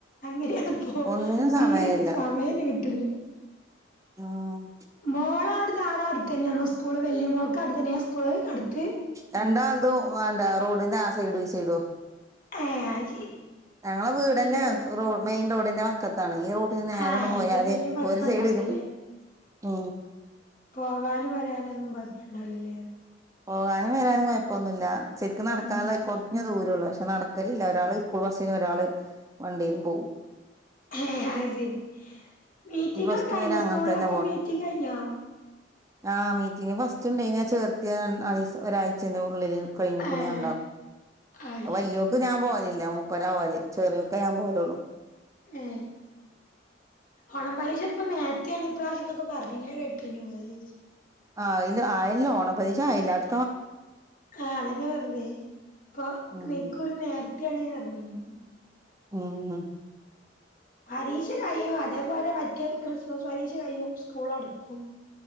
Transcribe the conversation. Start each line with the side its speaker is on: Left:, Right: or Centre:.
Left: അങ്ങനാണി പ്പോ
Right: ഒന്നിനും
Left: തീരട്ട്
Right: സമയല്ല
Left: സമയന്നേ കിട്ടിണ്ല്ല
Right: ഉം
Left: മോളാട് ട്ന്ന് ആടാട്ത് തന്ന്യ അന്ന് സ്കൂള് വല്ല്യ മോൾക്ക് അട ത്തന്നെയ സ്കൂള് അടുത്ത്
Right: രണ്ടാൾ തും എന്താ റോഡിന്റെ ആ സൈഡും ഈ സൈഡോ
Left: ഏഹ് അത് ശരി
Right: ഞങ്ങളെ വീടന്നേ
Left: വല്യ ബു
Right: റോ മെയിൻ റോഡിന്റെ വക്കത്താണ് ഈ റോ ത്ത് നേരണ്ട്
Left: ആഹ്
Right: പോയാല്
Left: അപ്പൊ പിന്നെ വല്യ കൊഴപ്പണ്ടാവൂലല്ലേ
Right: ഒരു സൈഡ് ഇതു ഉ
Left: പോവാനും വരാനൊന്നും കൊഴപ്പമണ്ടാവില്ലല്ലേ
Right: പോകാനും വരാനും കൊഴപ്പന്നുല്ല ശരിക്ക് നടക്കാള്ള
Left: ഉം
Right: കൊറ ഞ് ദൂര ഒള്ളൂ പക്ഷെ നടക്കലില്ല ഒരാള് സ്കൂൾ ബസ്സിനും ഒരാള് വണ്ടീലും പോകും
Left: അഹ് ശെരി മീറ്റിങ്ങൊക്ക
Right: പ്ലസ്
Left: കഴിഞ്ഞോ
Right: ടു വരെ അങ്ങനെ
Left: സ്കൂളിലൊക്കെ
Right: തന്നെ
Left: മീറ്റിംഗ കഴിഞ്ഞോ
Right: ആ മീറ്റിംഗ് ഫസ്റ്റ്ണ്ടേനി ആ ചേർത്തിയ രണ്ട് ഐസ് ഒരാഴ്ചന്റുള്ളില് കഴിഞ്ഞിക്ക്ണ്
Left: ഏഹ്
Right: രണ്ടാവും
Left: അയ്
Right: വല്ല്യോ ക്ക് ഞാൻ പോവലില്ല മൂപ്പര പോകല് ചെറിയൊക്കെ ഞാൻ പോവലൊള്ളൂ
Left: ഏ ഓണം പലിക്ഷ ഇപ്പം നേരത്തെയാണ് ഇപ്രാവശ്യം ന്നൊക്ക പറഞ്ഞത് കെട്ടീനു അയെ ചോയ്ച്ച്
Right: ആഹ് ന്ന് ആയല്ലോ ഓണ പരീശ ആയ എല്ലാട്
Left: ആ അതെന്നേ പറഞ്ഞതേ ക്കൊ
Right: ഉം
Left: നിക്കുറി നേരത്തേണ് പറഞ്ഞീനു
Right: മ്
Left: പരീക്ഷ കയ്യും അതേപോലെ മറ്റേ ക്രിസ്മസ് പരീക്ഷ കയ്യും സ്കൂളടക്കും